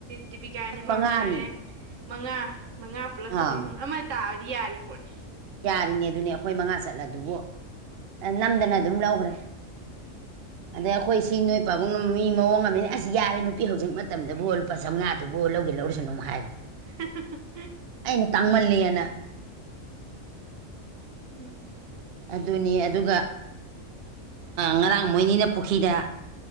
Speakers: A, on the right; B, on the right.
A: ꯗꯤꯕꯤꯀꯥꯅꯦ
B: ꯑꯩꯈꯣꯏ
A: ꯄꯝ
B: ꯃꯉꯥꯅꯤ
A: ꯆꯔꯦ ꯃꯉꯥ ꯃꯉꯥ ꯄꯨꯂꯁ
B: ꯑꯥ
A: ꯆꯔꯦꯠ ꯑꯃ ꯇꯥꯕꯗꯤ ꯌꯥꯔꯤ ꯄꯣꯠꯅꯤ
B: ꯌꯥꯔꯤꯅꯦ ꯑꯗꯨꯅꯦ ꯑꯩꯈꯣꯏ ꯃꯉꯥ ꯆꯠꯂ ꯑꯗꯨꯕꯨ ꯅꯝꯗꯅ ꯑꯗꯨꯝ ꯂꯧꯈ꯭ꯔꯦ ꯑꯗꯩ ꯑꯩꯈꯣꯏ ꯁꯤ ꯅꯣꯏ ꯄꯕꯨꯡ ꯃꯤ ꯃꯑꯣꯡ ꯑꯃꯅꯤꯅ ꯑꯁ ꯌꯥꯔꯦ ꯅꯨꯄꯤ ꯍꯧꯖꯤꯛ ꯃꯇꯝꯗꯕꯨ ꯂꯨꯄꯥ ꯆꯥꯝꯉꯥꯗꯨꯕꯨ ꯂꯧꯒꯦ ꯂꯧꯔꯨꯁꯅꯨ ꯍꯥꯏꯔꯦ
A: ꯍꯥ-ꯍꯥ-ꯍꯥ
B: ꯑꯩꯅ ꯇꯥꯡꯃꯜꯂꯦ ꯍꯏꯅ
A: ꯎꯝ
B: ꯑꯗꯨꯅꯤ ꯑꯗꯨꯒ ꯉꯔꯥꯡ ꯃꯣꯏꯅꯤꯅ ꯄꯨꯈ꯭ꯔꯤꯗ